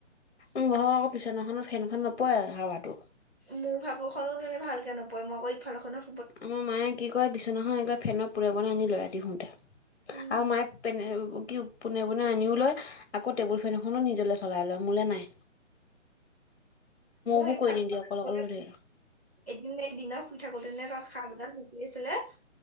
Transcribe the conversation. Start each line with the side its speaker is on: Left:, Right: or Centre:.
Left: উ ঘৰ আকৌ বিছনাখনত ফেনখন নপৰে হাৱাটো
Centre: মোৰ শাকু খো তেনে ভালকে নপৰে মই আকৌ ইফালেখনো
Left: আমাৰ মায়ে কি কয় বিচনাখন একবাৰ ফেনৰ পোনে পোনে আনি লয় ৰাতিশুতে
Centre: উম
Left: আৰু মায়ে পনে কি পোনে পোনে আনিও লয় আক টেবুল ফেন এখনো নিজলৈ চলাই লয় মোলৈ নাই
Centre: মোৰ
Left: বোৰ
Centre: এইফালৰ
Left: কৰি নিদিয়ে অকলে অকলে লৈ থাকে।
Centre: এদিন নে এইদিন শুই থাকোঁতে ন তাত খাহ ভডাল লুকি আছিলে